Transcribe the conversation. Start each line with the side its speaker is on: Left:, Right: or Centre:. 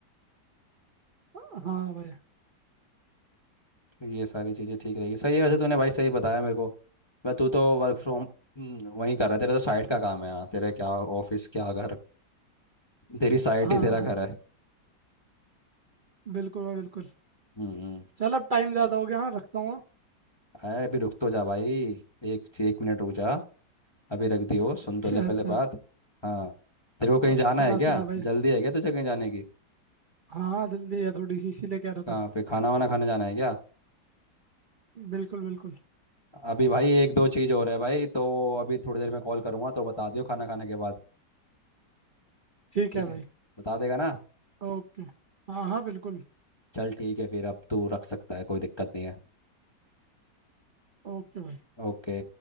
Right: हाँ भाई
Left: तो ये सारी चीज़ें ठीक रहेगी सही है वैसे तूने भाई सही बताया मेरे को मैं तू तो वर्क फ्रॉम वहीं कर रहा है तेरा तो साइट का काम है यहाँ तेरे क्या ऑफिस क्या घर तेरी साइट
Right: हाँ
Left: ही तेरा
Right: हाँ
Left: घर है
Right: बिल्कुल भाई बिल्कुल
Left: हम्म हम्म।
Right: चल अब टाइम ज़्यादा हो गया हाँ रखता हूँ हाँ।
Left: अरे अभी रुक तो जा भाई एक एक मिनट रुक जा अभी रख दी हो सुन
Right: अच्छा
Left: तो ले पहले
Right: अच्छा
Left: बात हाँ तेरे को कहीं
Right: हाँ,
Left: जाना
Right: सुना
Left: है क्या
Right: सुना भाई
Left: जल्दी है क्या तुझे कहीं जाने की
Right: हाँ हाँ जल्दी है थोड़ी सी इसीलिए कह रहा
Left: कहाँ
Right: था
Left: पे खाना वाना खाने जाना है क्या
Right: बिल्कुल बिल्कुल
Left: अभी भाई एक दो चीज़ हो रहा है भाई तो वो अभी थोड़ी देर में कॉल करूँगा तो बता दियो खाना खाने के बाद
Right: ठीक
Left: ठीक
Right: है
Left: है
Right: भाई
Left: बता देगा ना
Right: ओके हाँ हाँ बिल्कुल
Left: चल ठीक है फिर अब तू रख सकता है कोई दिक्कत नहीं है
Right: ओके भाई
Left: ओके